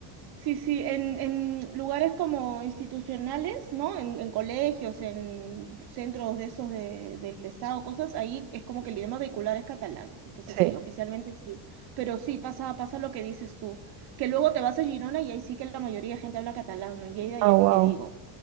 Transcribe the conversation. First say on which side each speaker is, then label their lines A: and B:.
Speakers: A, on the right; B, on the right.
A: Sí, sí, en, en lugares como institucionales, ¿no? En, en colegios, en centros de estos de- del Estado, cosas, ahí es como que el idioma vehicular es catalán. Entonces
B: Sí.
A: sí, oficialmente sí. Pero sí, pasa, pasa lo que dices tú. Que luego te vas a Girona y ahí sí que la mayoría de gente habla catalán, ¿no? En Lleida
B: Ah,
A: ya ni
B: wow.
A: te digo.